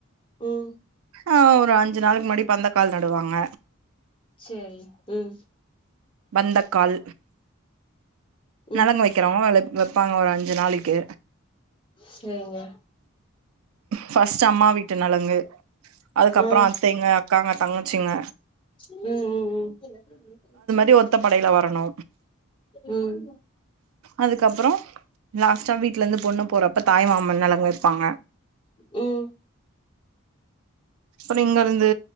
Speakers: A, on the left (about 25°); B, on the right (about 80°).
A: ம்
B: ஆ ஒரு அஞ்சு நாளைக்கு முன்னாடி பந்தக்கால் நடுவாங்க
A: செரி ம்
B: பந்த கால் நலங்கு
A: ம்
B: வெக்கிறவங்க நலங்கு வெப் இருப்பாங்க ஒரு அஞ்சு நாளைக்கு
A: செரிங்க
B: ஃபஸ்ட்டு அம்மா வீட்டு நலங்கு அதுக்கப்புறோ
A: ஆ
B: அத்தைங்க அக்காங்க தங்கச்சிங்க
A: ம் ம் ம்
B: இப்டி ஒத்த படையில வரணு
A: ம்
B: அதுக்கப்புறோ லாஸ்டா வீட்ல இருந்து பொண்ணு போறப் ப்ப தாய் மாமன் நலங்கு வெப்பாங்க
A: ம்
B: அப்புறோ இங்க இருந்து